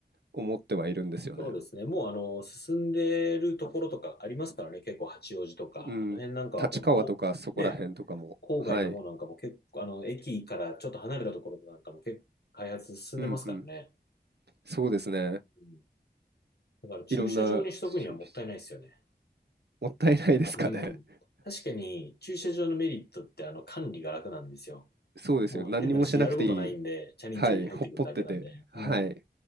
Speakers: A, on the right; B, on the left.
A: 思ってはいるんですよね。
B: そうですね。もうあの、進んでるところとかありますからね、結構八王子とか、
A: うん。
B: あの辺なんかはもうこう、
A: 立川とかそこら辺とかも。
B: ね、郊外の方なんかも結構、
A: はい。
B: あの、駅からちょっと離れたところなんかも結構開発進んでますからね。
A: うんうん。そうですね。
B: うんだから駐車場にしとくにはもったいないですよね。
A: いろんな消費してもったいないですかね。
B: うん。
A: <laughs>
B: 確かに駐車場のメリットってあの管理が楽なんですよ。
A: そうですよ。
B: もう変な話、
A: 何にもしなくていい。
B: やることないんで、チャリンチャリン入ってくるだけなんで。
A: はい。ほっぽってて。はい。
B: うん。